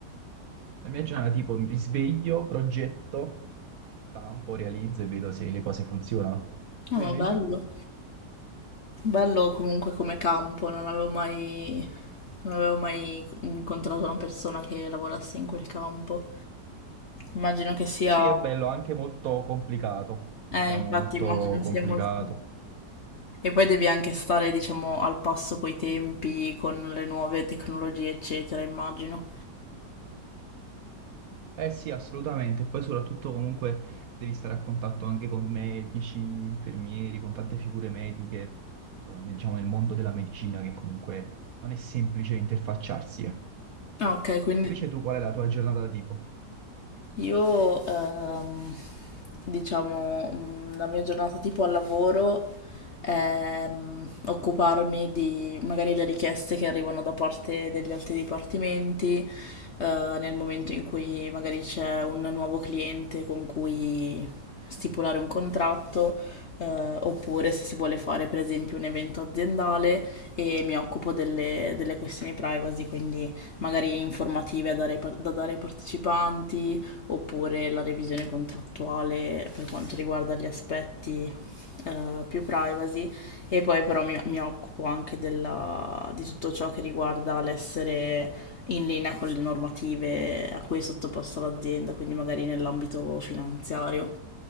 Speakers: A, on the right; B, on the left.
A: La mia giornata tipo mi sveglio, progetto, stampo, realizzo e vedo se le cose funzionano. Tu
B: No, ma
A: invece?
B: bello. Bello comunque come campo, non avevo mai, non avevo mai incontrato una persona che lavorasse in quel campo. Immagino che sia...
A: Sì, è bello, anche molto complicato, diciamo
B: Eh, infatti
A: molto
B: immagino sia
A: complicato.
B: molto... E poi devi anche stare, diciamo, al passo coi tempi, con le nuove tecnologie, eccetera, immagino.
A: Eh sì, assolutamente. Poi soprattutto comunque devi stare a contatto anche con medici, infermieri, con tante figure mediche, eh, nel, diciamo, nel mondo della medicina che comunque non è semplice interfacciarsi, ecco.
B: Ah, ok, quindi
A: Invece tu qual è la tua giornata tipo?
B: Io, ehm, diciamo, mm, la mia giornata tipo al lavoro è mm, occuparmi di magari le richieste che arrivano da parte degli altri dipartimenti, eh, nel momento in cui magari c'è un nuovo cliente con cui stipulare un contratto, eh, oppure se si vuole fare per esempio un evento aziendale e mi occupo delle, delle questioni privacy, quindi magari informative da dare ai par- da dare ai partecipanti oppure la revisione contrattuale per quanto riguarda gli aspetti eh, più privacy e poi però mi, mi occupo anche della- di tutto ciò che riguarda l'essere in linea con le normative a cui è sottoposta l'azienda, quindi magari nell'ambito finanziario.